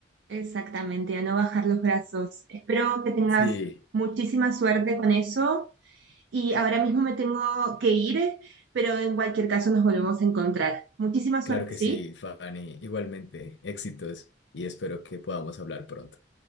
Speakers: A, on the right; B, on the left.
A: Exactamente, a no bajar los brazos. Espero que tengas
B: Sí,
A: muchísima suerte con eso y ahora mismo me tengo que ir, pero en cualquier caso nos volvemos a encontrar. Muchísima suerte,
B: claro que
A: ¿sí?
B: sí, Fanny. Igualmente, éxitos y espero que podamos hablar pronto.